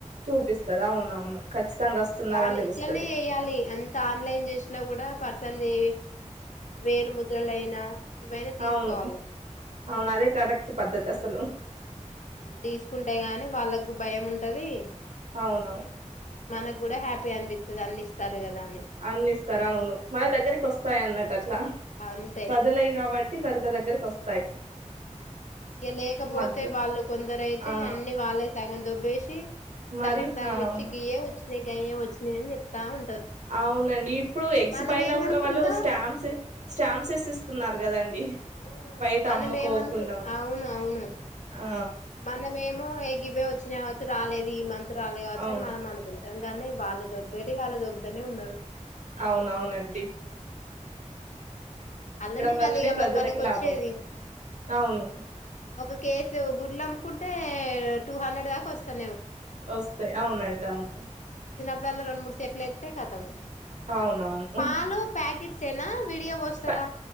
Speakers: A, on the right; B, on the left.
A: చూపిస్తది అవునవును ఖచ్చితంగా వస్తున్నారని
B: బా
A: తెలుస్తది
B: ఇట్లనే చేయాలి అంత ఆన్లైన్ చేసిన కూడా అంది వేలు ముద్రల అయినా ఇవైనా తీసుకోవాలి
A: అవును అవును అదే కరెక్ట్ పద్ధతి అసలు
B: తీసుకుంటే గాని వాళ్ళకు భయం ఉంటది
A: అవునవును
B: మనకు కూడా హ్యాపీ అనిపిస్తది అన్ని ఇస్తారు కదా అని
A: అందిస్తారుా అవును మన దగ్గరికి వస్తాయి అన్నట్ అట్లా
B: అంతే
A: ప్రజలవి కాబట్టి ప్రజల దగ్గరవస్
B: ఇక లేకపోతే
A: మధ్య
B: వాళ్ళు కొందరు అయితే
A: ఆ
B: అన్ని వాళ్ళే సగం దబ్బేసి
A: మరి
B: సగం సగం
A: ఆ అవును
B: ఇచ్చి గియే వచ్చ నిగ యే వచ్చినయి అని చెప్తా ఉ
A: అవునండి ఇప్పుడు ఎగ్స్
B: మనమేమనుకుంటాం
A: పైన కూడా వాళ్ళు స్టాంప్స్ స్టాంప్స్ వేసి ఇస్తున్నారు కదండి
B: ఆ
A: బయట
B: మనం
A: అమ్మకోకుండా
B: ఏమనుకు అవును అవును
A: ఆ
B: మనమేమో ఎగి ఇవే వచ్చినవచ్చు రాలేదు ఈ మంత్ రాలేవచ్చ
A: అవును
B: అని మనం అనుకుంటాం కానీ వాళ్ళు దొబేటీ టి వాళ్ళ దోబు ఉన్నారు
A: అవునువునండి
B: అల్లనే
A: వల్లనే
B: కదా ఇక
A: ప్రజలకి
B: మరి వాళ్ళకు వచ్చేది
A: లాభం అవును
B: ఒక కేసు గుడ్లం కుంటే టూ హండ్రెడ్ దాకా వస్తాయి
A: వస్తాయి అవునండి అవును
B: చిన్నప్పుడల్లా రెండు మూడు సెట్లు ఎతే కతం
A: అవునవును
B: పాలో ప్యాకెట్ సేన వీడియో వస్ తరా
A: ప